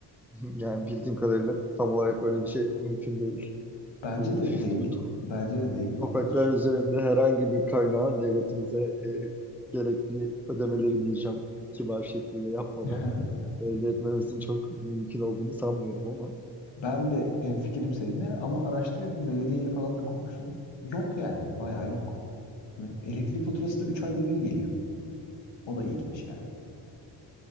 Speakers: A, in the centre; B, on the left.
A: <laughs> Yani bildiğim kadarıyla tam olarak öyle bir şey mümkün değil.
B: Bence
A: Ee, <laughs>
B: de değil.
A: bu to-
B: Bence de değil.
A: Topraklar
B: Öz-
A: üzerinde herhangi bir kaynağı devletimize <laughs> e, gerekli ödemeleri diyeceğim kibar şekliyle yapmadan
B: <laughs>
A: elde etmemizin çok mümkün olduğunu sanmıyorum ama
B: Ben de hemfikirim seninle ama araştırıyorum. Belediyeyle falan da konuştum. Yok yani. Bayağı yok. Ve Elektrik faturası da 3 ayda bir geliyor. O da ilginç yani.